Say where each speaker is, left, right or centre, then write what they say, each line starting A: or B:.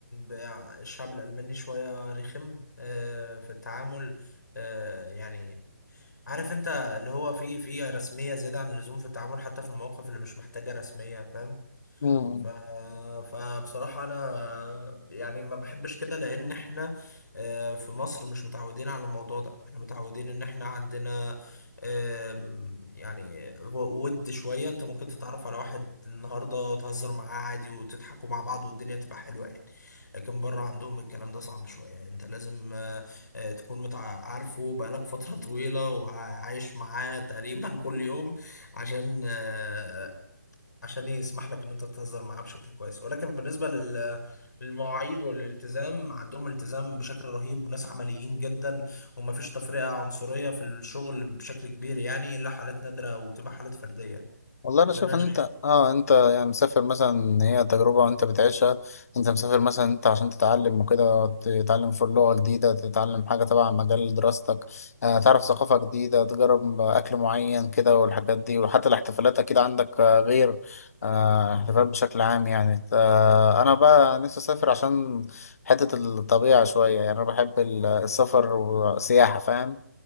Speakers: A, on the left; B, on the left.
A: بع- الشعب الألماني شوية رخم آه، في التعامل آه، يعني عارف أنت اللي هو فيه فيه رسمية زيادة عن اللزوم في التعامل حتى في المواقف اللي مش محتاجة رسمية فاهم
B: مم.
A: ف... فبصراحة أنا يعني ما بحبش كده لأن إحنا آه، في مصر مش متعودين على الموضوع ده إحنا متعودين إن إحنا عندنا آم، يعني و- ود شوية أنت ممكن تتعرف على واحد النهاردة وتهزر معاه عادي وتضحكوا مع بعض والدنيا تبقى حلوة يعني لكن بره عندهم الكلام ده صعب شوية يعني أنت لازم آه، آه، تكون متع... عارفه بقالك فترة طويلة وعايش معاه تقريبا كل يوم عشان آه، عشان ايه يسمح لك ان انت تهزر معاه بشكل كويس ولكن بالنسبه لل- للمواعيد والالتزام عندهم التزام بشكل رهيب ناس عمليين جدا ومفيش تفرقه عنصريه في الشغل بشكل كبير يعني الا حالات نادره وبتبقى حالات فرديه
B: والله انا
A: ده
B: شايف
A: اللي انا
B: ان
A: شايفه
B: انت اه انت يعني مسافر مثلا إن هي تجربه وانت بتعيشها انت مسافر مثلا انت عشان تتعلم وكده تتعلم في لغه جديده تتعلم حاجه تبع مجال دراستك آه تعرف ثقافه جديده تجرب اكل معين كده والحاجات دي وحتى الاحتفالات اكيد عندك آه غير آه
A: مم.
B: احتفالات بشكل عام يعني آه انا بقى نفسي اسافر عشان حته الطبيعه شويه يعني انا بحب ال- السفر والسياحه فاهم